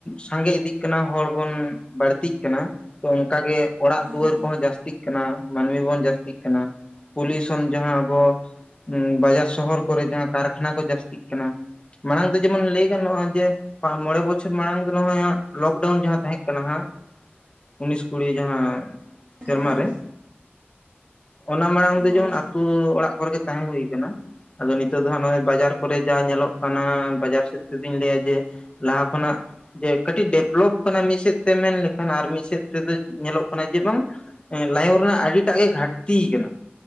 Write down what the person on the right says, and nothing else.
ᱦᱳᱭ
ᱦᱮᱸ
ᱦᱳᱭ